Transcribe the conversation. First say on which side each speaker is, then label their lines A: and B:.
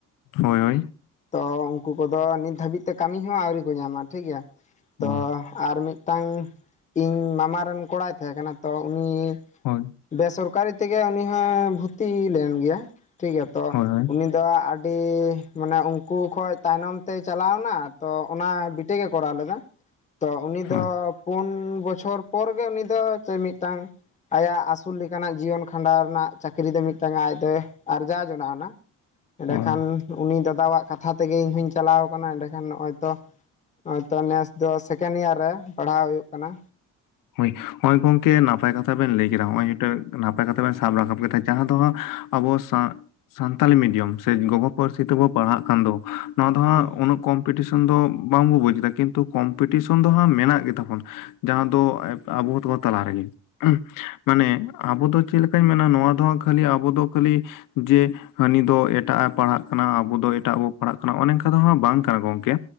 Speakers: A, on the left; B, on the left.
A: ᱦᱳᱭ ᱦᱳᱭ
B: ᱛᱚ ᱩᱱᱠᱩ ᱠᱚᱫᱚ ᱱᱤᱛ ᱫᱷᱟᱹᱵᱤᱡ ᱛᱮ ᱠᱟᱹᱢᱤ ᱦᱚᱸ ᱟᱹᱣᱨᱤ ᱠᱚ ᱧᱟᱢᱟ ᱴᱷᱤᱠᱜᱮᱭᱟ ᱛᱚ
A: ᱦᱳᱭ
B: ᱟᱨ ᱢᱤᱫᱴᱟᱝ ᱤᱧ ᱢᱟᱢᱟ ᱨᱮᱱ ᱠᱚᱲᱟᱭ ᱛᱟᱦᱮᱸ ᱠᱟᱱᱟ ᱛᱚ ᱩᱱᱤ
A: ᱦᱳᱭ
B: ᱵᱮᱥᱚᱨᱠᱟᱨᱤ ᱛᱮᱜᱮ ᱩᱱᱤ ᱦᱚᱸᱭ ᱵᱷᱩᱛᱤ ᱞᱮᱱ ᱜᱮᱭᱟ ᱴᱷᱤᱠ ᱜᱮᱭᱟ ᱛᱚ
A: ᱦᱳᱭ
B: ᱩᱱᱤ ᱫᱚ ᱟᱹᱰᱤ ᱢᱟᱱᱮ ᱩᱱᱠᱩ ᱠᱷᱚᱡ ᱛᱟᱭᱱᱚᱢ ᱛᱮᱭ ᱪᱟᱞᱟᱣᱱᱟ ᱛᱚ ᱚᱱᱟ ᱵᱤᱴᱮᱠ ᱮ ᱠᱚᱨᱟᱣ ᱞᱮᱫᱟ ᱛᱚ ᱩᱱᱤ
A: ᱦᱳᱭ
B: ᱫᱚ ᱯᱩᱱ ᱵᱚᱪᱷᱚᱨ ᱯᱚᱨ ᱜᱮ ᱩᱱᱤ ᱫᱚ ᱢᱤᱫᱴᱟᱝ ᱟᱭᱟᱜ ᱟᱹᱥᱩᱞ ᱞᱮᱠᱟᱱᱟᱜ ᱡᱤᱭᱚᱱ ᱠᱷᱟᱸᱰᱟᱣ ᱨᱮᱱᱟᱜ ᱪᱟᱹᱠᱨᱤ ᱫᱚ ᱢᱤᱫᱴᱟᱝ ᱟᱡ ᱫᱚᱭ ᱟᱨᱡᱟᱣ ᱡᱚᱱᱟᱜ ᱟᱱᱟ ᱾ ᱮᱸᱰᱮᱠᱷᱟᱱ
A: ᱦᱳᱭ
B: ᱩᱱᱤ ᱫᱟᱫᱟᱣᱟᱜ ᱠᱟᱛᱷᱟ ᱛᱮᱜᱮ ᱤᱧ ᱦᱚᱧ ᱪᱟᱞᱟᱣ ᱠᱟᱱᱟ ᱮᱸᱰᱮᱠᱷᱟᱱ ᱱᱚᱜᱼᱚᱭ ᱛᱚ ᱱᱚᱜᱚᱭᱛᱚ ᱱᱮᱥ ᱫᱚ ᱥᱮᱠᱮᱱ ᱤᱭᱟᱨ ᱨᱮ ᱯᱟᱲᱦᱟᱣ ᱦᱩᱭᱩᱜ ᱠᱟᱱᱟ
A: ᱦᱳᱭ ᱦᱚᱜᱼᱭ ᱜᱚᱝᱠᱮ ᱱᱟᱯᱟᱭ ᱠᱟᱛᱷᱟ ᱵᱮᱱ ᱞᱟᱹᱭ ᱠᱮᱫᱟ ᱱᱚᱜᱼᱚᱭ ᱢᱤᱫᱴᱮᱱ ᱱᱟᱯᱟᱭ ᱠᱟᱛᱷᱟ ᱵᱮᱱ ᱥᱟᱵ ᱨᱟᱠᱟᱵ ᱠᱮᱫᱟ ᱡᱟᱦᱟᱸ ᱫᱚ ᱟᱵᱚ ᱥᱟᱱᱛᱟᱞᱤ ᱢᱤᱰᱤᱭᱟᱢ ᱥᱮ ᱜᱚᱜᱚ ᱯᱟᱹᱨᱥᱤ ᱛᱮᱵᱚ ᱯᱟᱲᱦᱟᱜ ᱠᱟᱱ ᱫᱚ ᱱᱚᱣᱟ ᱫᱚ ᱦᱟᱸ
B: ᱦᱩᱸ
A: ᱩᱱᱟᱹᱜ ᱠᱚᱢ ᱠᱚᱢᱯᱤᱴᱤᱥᱮᱱ ᱫᱚ ᱵᱟᱝᱵᱚ ᱵᱩᱡᱽᱫᱟ ᱠᱤᱱᱛᱩ ᱠᱚᱢᱯᱤᱴᱤᱥᱮᱱ ᱫᱚ ᱦᱟᱸᱜ ᱢᱮᱱᱟᱜ ᱜᱮᱛᱟᱵᱚᱱᱟ ᱡᱟᱦᱟᱸ ᱫᱚ ᱟᱵᱚ ᱠᱚ ᱛᱟᱞᱟ ᱨᱮᱜᱮ ᱢᱟᱱᱮ ᱟᱵᱚ ᱫᱚ ᱪᱮᱫ ᱞᱮᱠᱟᱧ ᱢᱮᱱᱟ ᱱᱚᱣᱟ ᱫᱚ ᱦᱟᱸᱜ ᱠᱷᱟᱹᱞᱤ ᱟᱵᱚ ᱫᱚ ᱠᱷᱟᱹᱞᱤ ᱡᱮ ᱦᱟᱹᱱᱤ ᱫᱚ ᱮᱴᱟᱜᱼ ᱮ ᱯᱟᱲᱦᱟᱜ ᱠᱟᱱᱟ ᱟᱵᱚ ᱫᱚ ᱮᱴᱟᱜ ᱟ ᱵᱚ ᱯᱟᱲᱦᱟᱜ ᱠᱟᱱᱟ ᱚᱱᱮ ᱚᱱᱠᱟ ᱫᱚ ᱵᱟᱝ ᱠᱟᱱᱟ ᱜᱚᱢᱠᱮ᱾